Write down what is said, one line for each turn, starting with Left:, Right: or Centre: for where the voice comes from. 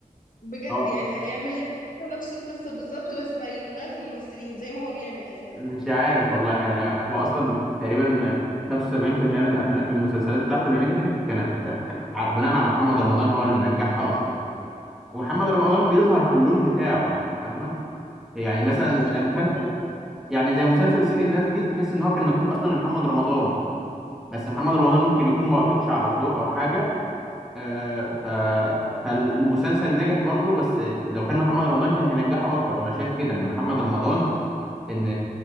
Left: بجد
Centre: اه
Left: يعني هيعمل لنا نفس القصة بالظبط بس هيغير في الممثلين زي ما هو بيعمل أساسا
Centre: مش عارف والله يعني هو اصلا تقريبا 75% من الافلام من المسلسلات بتاعته اللي نجحت كانت ع- بناء على محمد رمضان هو اللي منجحها اصلا. ومحمد رمضان بيظهر في اللون بتاعه يعني فاهمه يعني مثلا
Left: بالظبط
Centre: زي مسلسل
Left: وبعدين
Centre: يعني زي مسلسل سيد الناس دي تحس ان هو كان مكتوب اصلا لمحمد رمضان بس محمد رمضان ممكن يكون ما وافقش على الدور او حاجه آه ف فالمسلسل نجح برضه بس لو كان محمد رمضان كان هينجحه اكتر وانا شايف كده ان محمد رمضان ان